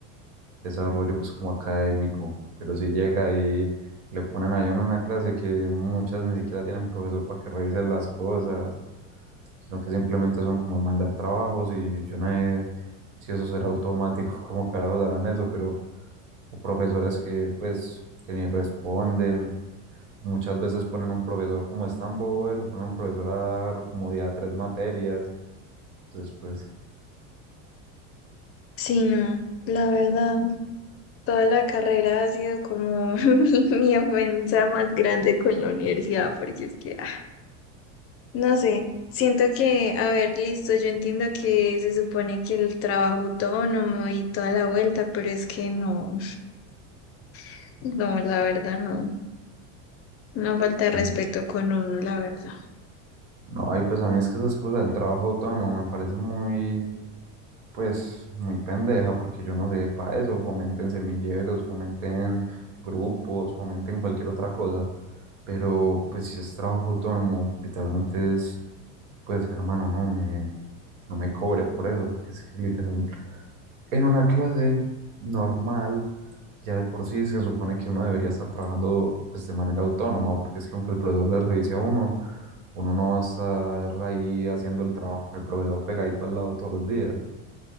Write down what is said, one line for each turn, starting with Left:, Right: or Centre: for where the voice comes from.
Right: desarrollo pues como académico, pero si llega y le ponen ahí a uno en la clase que muchas ni siquiera tienen profesor para que revisen las cosas, sino que simplemente son como mandar trabajos y yo no sé si eso será automático, <laughs> cómo carajos darán eso, pero o profesores que pues que ni responden. Muchas veces ponen un profesor como es tan bobo eso, ponen un profesor a dar como día tres materias. Entonces, pues,
Left: Sí, no, la verdad, toda la carrera ha sido como <laughs> mi, mi ofensa más grande con la universidad, porque es que, ah, no sé, siento que, a ver, listo, yo entiendo que se supone que el trabajo autónomo y toda la vuelta, pero es que no, <laughs> no, la verdad no, no falta de respeto
Right: em,
Left: con uno, la verdad.
Right: no, y pues a mí es que esas cosas del trabajo autónomo me parecen muy, pues muy pendeja, porque yo no sé para eso, fomenten semilleros, fomenten grupos, fomenten cualquier otra cosa, pero pues si es trabajo autónomo, literalmente es, pues hermano, no me, no me cobre por eso, porque es que literal, en una clase normal, ya de por sí se supone que uno debería estar trabajando pues de manera autónoma, porque es que aunque el profesor le revise a uno, uno no va a estar ahí haciendo el trabajo con el profesor pegadito al lado todos los días.